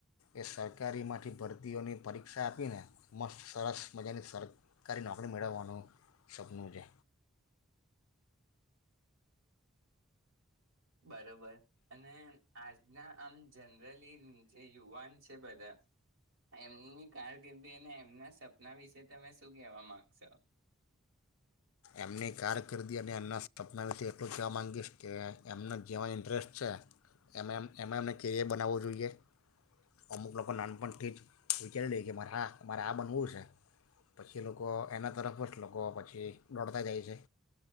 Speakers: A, on the left; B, on the right.
A: એ સરકારીમાંથી ભરતીઓની પરીક્ષા આપીને મસ્ત સરસ મજાની સરકારી નોકરી મેળવવાનું સપનુંરે
B: બસ બરોબર અને આજ ના આમ જનરલી જે યુવાન છે બધા એમની કારકિર્દી અને એમના સપના વિશે તમે શું કેહેવા માંગશો
A: એમની કારકિર્દી અને એમના સપના વિશે એટલું કહેવા માગીશ કે એમના જેવા ઇન્ટરેસ્ટ છે એ એમ એમાં એમને કેરિયર બનાવવું જોઈએ અમુક લોકો નાનપણથી જ વિચારી લે કે મારે હા મારે આ બનવું છે પછી એ લોકો એના તરફ જ જ લોકો પછી દોડતા જાય છે